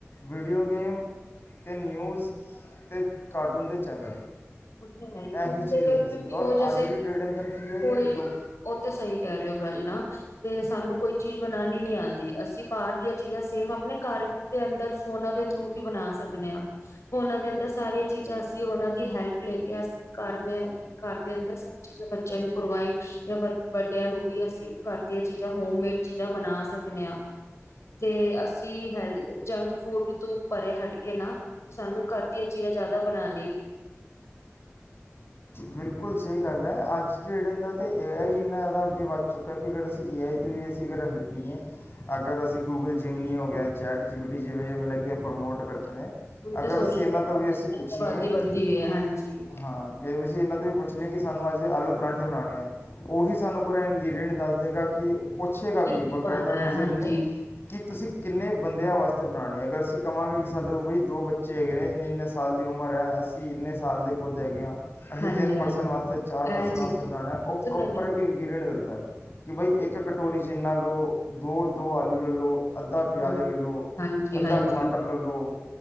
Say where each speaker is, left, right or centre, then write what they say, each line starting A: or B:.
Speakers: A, on the left; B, on the left.
A: ਵੀਡੀਓ ਗੇਮ, ਤੇ ਨਿਊਜ਼, ਤੇ ਕਾਰਟੂਨ ਦੇ ਚੈਨਲ
B: ਉਹ ਤਾਂ ਹੈ ਹੀ
A: ਇਹੀ
B: ਹੁਣਦੇ
A: ਚੀਜ਼ ਹੁੰਦੀ ਸੀ
B: ਬਡੀਓ
A: ਔਰ
B: ਜੈਸੇ
A: ਅੱਜ ਦੀ ਡੇਟ ਅੰਦਰ ਕੀ ਹੈ
B: ਕੋਈ
A: ਕਿ ਲੋਕ
B: ਉਹ ਤਾਂ ਸਹੀ ਕਹਿ ਰਹੇ ਹੋ ਗੱਲ ਆ ਤੇ ਸਾਨੂੰ ਕੋਈ ਚੀਜ਼ ਬਣਾਉਣੀ ਨੀ ਆਉਂਦੀ ਅਸੀਂ ਬਾਹਰ ਦੀਆਂ ਚੀਜ਼ਾਂ ਸੇਮ ਆਪਣੇ ਘਰ ਦੇ ਅੰਦਰ ਫੋਨਾਂ ਦੇ ਥਰੂ ਵੀ ਬਣਾ ਸਕਦੇ ਹਾਂ ਫੋਨਾ ਦੇ ਅੰਦਰ ਸਾਰੀਆਂ ਚੀਜ਼ਾਂ ਅਸੀਂ ਉਹਨਾਂ ਦੀ ਹੈਲਪ ਲੈ ਕੇ ਅਸੀਂ ਘਰ ਘਰ ਦੇ ਅੰਦਰ ਸਭ ਚੀਜ਼ਾਂ ਬੱਚਿਆਂ ਨੂੰ ਪ੍ਰੋਵਾਈਡ ਜਾਂ ਵੱਡਿਆਂ ਨੂੰ ਵੀ ਅਸੀਂ ਘਰ ਦੀਆਂ ਚੀਜ਼ਾਂ ਹੋਮਮੇਡ ਚੀਜ਼ਾਂ ਬਣਾ ਸਕਦੇ ਹਾਂ ਤੇ ਅਸੀਂ ਹੈ ਜੰਕ ਫੂਡ ਤੋਂ ਪਰੇ ਹਟ ਕੇ ਨਾ ਸਾਨੂੰ ਘਰ ਦੀਆਂ ਚੀਜ਼ਾਂ ਜ਼ਿਆਦਾ ਬਣਾ ਬ
A: ਬਿਲਕੁਲ ਸਹੀ ਗੱਲ ਹੈ ਅੱਜ ਡੇਟ ਦਾ ਤਾਂ ਏ ਆਈ ਇੰਨਾ ਜ਼ਿਆਦਾ ਅੱਗੇ ਵੱਧ ਚੁੱਕਾ ਕਿ ਅਗਰ ਅਸੀਂ ਏ ਆਈ ਤੋਂ ਹੀ ਅਸੀਂ ਅਗਰ ਹੈਲਪ ਲਈਏ ਅਗਰ ਅਸੀਂ ਗੂਗਲ ਜਿੰਮ ਨਹੀਂ ਹੋ ਗਿਆ ਚੈਟ ਚਿਬਟੀ ਜਿਵੇਂ ਜਿਵੇਂ ਲੱ ਕਿ ਪ੍ਰਮੋਟ ਕਰਦੇ ਨੇ
B: ਹੁਣ
A: ਅਗਰ
B: ਤੇ ਸੋਸ਼ਲ
A: ਅਸੀਂ ਇਹਨਾਂ
B: ਨੈਟਵਰਕਿੰਗ
A: ਤੋਂ ਵੀ ਅਸੀਂ
B: ਅੰਿਆ
A: ਪੁੱਛੀਏ
B: ਵਦੀ ਵਧਦੀ
A: ਕਿ
B: ਹੋਈ ਹੈ ਹਾਂਜੀ
A: ਹਾਂ ਕਿ ਅਸੀਂ ਇਹਨਾਂ ਤੋਂ ਵੀ ਪੁੱਛ ਲਏਾਂ ਕਿ ਸਾਨੂੰ ਅੱਜ ਆਲੂ ਪਰਾਂਠੇ ਬਣਾਉਣੇ ਹੈ ਉਹੀ ਸਾਨੂੰ ਪੂਰਾ ਇਨਗਰੀਡੀਅਂਟ ਦੱਸ ਦੇਗਾ ਕਿ ਪੱਛੇਗਾਾ
B: ਕੀ
A: ਵੀ
B: ਕੀ
A: ਬਾਕਾਇਦਾ
B: ਪਾਣਾ
A: ਪੁੱਛਦੇ
B: ਹੈ ਹਾਂਜੀ।
A: ਰਹੇਿੰ ਨੇ ਕਿ ਤੁਸੀਂ ਕਿੰਨੇ ਬੰਦਿਆਂ ਵਾਸਤੇ ਬਣਾਉਣੀ ਅਗਰ ਅਸੀਂ ਕਹਾਂਗੇ ਕਿ ਸਾਡੇ ਬਾਈ ਦੋ ਬੱਚੇ ਹੈਗੇ ਨੇ ਇੰਨੇ ਇੰਨੇ ਸਾਲ ਦੀ ਉਮਰ ਹੈ ਅਸੀਂ ਇੰਨੇ ਸਾਲ ਦੇ ਖੁਦ ਹੈਗੇ ਹਾਂ ਅਸੀਂ
B: ਹਾਂਜੀ
A: ਤਿੰਨ ਪਰਸਨ
B: ਹਾਂਜੀ
A: ਵਾਸਤੇ ਚਾਰ ਪਰਸਨ
B: ਇਹ ਚੀਜ਼
A: ਵਸਤੇ ਬਣਾਉਣਾ ਉਹ
B: ਤਾਂ
A: ਪ੍ਰੋਪਰ
B: ਹੈ ਨਾ
A: ਇੱਕ ਇੰਗਰੀੀਡੀਐਂਟ ਦਦਾ ਕਿ ਭਈ ਇੱਕ ਕਟੋਰੀ ਜਿੰਨਾ ਲਓ ਦੋ ਦੋ ਆਲੂ ਲ ਲਓ ਅੱਧਾ ਪਿਆਜ਼
B: ਹ
A: ਲੈ ਲਓ
B: ਹਾਂਜੀ
A: ਅੱਧਾ
B: ਹਾਂਜੀ
A: ਟਮਾਟਰ ਲੈ ਲਓ